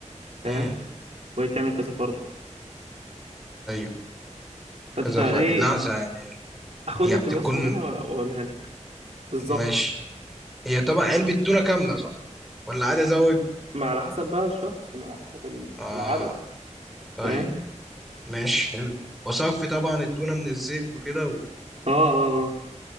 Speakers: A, on the right; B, in the centre.
A: فاهم
B: امم
A: وهي بتعمل كذا فرد
B: أيوه
A: فانت
B: كذا
A: ايه
B: ف لحظة يعني
A: اخد
B: هي
A: لك
B: بتكون
A: الوصفة منها وأ- واقولها لك بالظبط
B: ماشي هي طبق علبة تونة كاملة صح ولا عادي أزود
A: ما على حسب بقى الشخص ما على حسب ال-
B: اه
A: العدد
B: طيب
A: فاهم
B: ماشي حلو وصفي طبعا التونة من الزيت وكده
A: اه اه اه